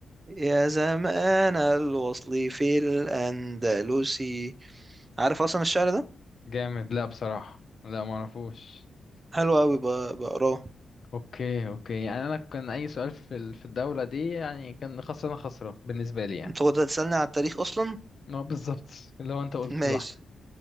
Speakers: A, on the right; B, on the left.
A: يا زمان الوصل في الأندلس عارف اصلا الشعر ده
B: جامد لا بصراحة لا ما اعرفوش
A: حلو قوي بقراه
B: اوكي اوكي يعني انا كان اي سؤال في ال- في الدولة دي يعني كان خسران خسران بالنسبة لي يعني
A: انت كنت هتسألني على التاريخ اصلا
B: اه بالظبط اللي هو انت قلت
A: <laughs> ماشي
B: لوحدك